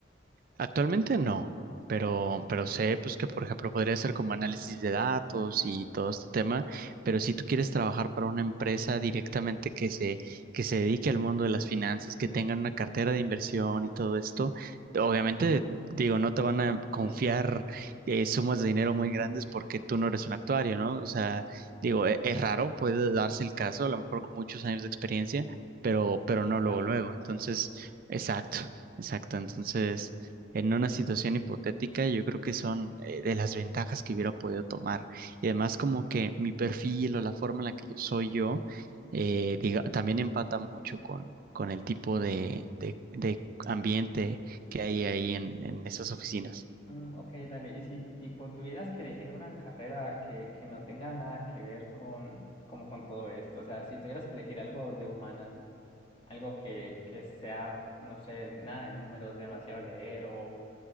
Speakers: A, on the right; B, on the left.
A: Actualmente no, pero, pero sé pues que por ejemplo podría ser como análisis de datos y todo este tema, pero si tú quieres trabajar para una empresa directamente que se, que se dedique al mundo de las finanzas, que tengan una cartera de inversión y todo esto, obviamente digo, no te van a confiar
B: Sí,
A: eh, sumas de dinero muy grandes porque tú no eres un actuario, ¿no? O sea, digo, e- es, raro, puede darse el caso, a lo mejor con muchos años de experiencia, pero,
B: mm,
A: pero no luego,
B: Palanca.
A: luego. Entonces, exacto. Exacto, entonces en una situación hipotética, yo creo que son eh, de las ventajas que hubiera podido tomar. Y además como que mi perfil o la forma en la que yo soy yo, eh, diga- también empata mucho con, con el tipo de, de- de ambiente que hay ahí en, en esas oficinas.
B: Mm, ok, dale. Y si tipo tuvieras que elegir una carrera que, que no tenga nada que ver con, como con todo esto, o sea, si tuvieras que elegir algo de humanas, algo que, que sea, no sé, nada de números, demasiado leer o...